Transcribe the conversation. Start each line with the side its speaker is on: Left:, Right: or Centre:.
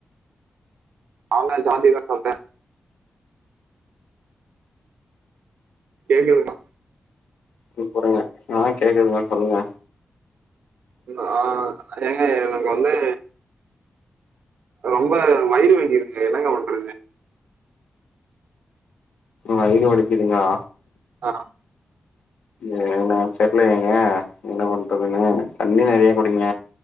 Right: அவங்கள் ஜாதி சப்போட்டர் <unintelligible>
Left: முக் கொடைங்க ஆ கேக்குதுங்ளா சொல்லுங்க
Right: ஆ ஏங்க எனக்கு வந்நே ரொம்ப வயிறு வங்கியிருக்கு என்னங்க பண்றது
Left: வய்று ஒலக்குதுங்கா
Right: ஆ
Left: ஏனாம் செர்ல ஏங்க என்ன பண்றதுன்னு தண்ணி நெறைய குடிங்க